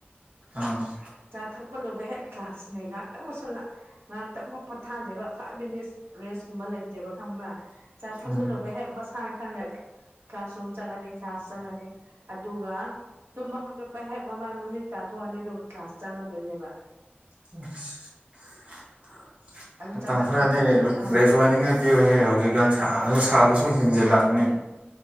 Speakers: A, on the right; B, on the right.
A: ꯑ
B: ꯆꯥ ꯊꯛꯄ ꯂ‌ꯣꯏꯕꯒ ꯍꯦꯛ ꯀ꯭ꯂꯥꯁꯅꯦ ꯉꯥꯛꯇꯪꯕꯨꯨꯛ ꯁꯂꯥ ꯉꯥꯏꯍꯥꯛꯇꯪꯕꯨ ꯄꯣꯠꯊꯥꯗꯦꯕ ꯐꯥꯏꯚ ꯃꯤꯅꯤꯠꯁ ꯔꯦꯁꯀꯨꯝꯕ ꯂꯩꯇꯦꯕ ꯈꯪꯕ꯭ꯔꯥ ꯆꯥ ꯊꯛꯄ
A: ꯎꯝ
B: ꯂꯣꯏꯕꯒ ꯍꯦꯛ ꯃꯁꯥꯏ ꯈꯪꯅ ꯀ꯭ꯂꯥꯁ ꯔꯨꯝ ꯆꯪꯉꯅꯤ ꯀ꯭ꯂꯥꯁ ꯆꯪꯉꯅꯤ ꯑꯗꯨꯒ ꯇꯨꯝꯕ ꯍꯧꯒꯠꯄ ꯍꯦꯛ ꯃꯃꯥꯏ ꯃꯃꯤꯠ ꯇꯥꯊꯣꯛꯑꯅꯤ ꯑꯗꯨꯒ ꯀ꯭ꯂꯥꯁ ꯆꯪꯉꯗꯣꯏꯅꯦꯕ
A: <inaudible>
B: ꯑꯗꯨ
A: ꯃꯇꯝ
B: ꯆꯥꯛꯆꯥ
A: ꯈꯔꯗꯤ
B: ꯇꯣꯛꯄ ꯑꯥ
A: ꯔꯦꯁ ꯑꯣꯏꯅꯤꯡꯉꯥꯏ ꯄꯤꯌ‌ꯣꯍ‌ꯦ ꯍꯧꯖꯤꯛꯀꯥꯟ ꯁꯥꯕꯅ ꯁꯥꯕꯁꯨ ꯍꯦꯟꯖꯤꯜꯂꯛꯄꯅꯦ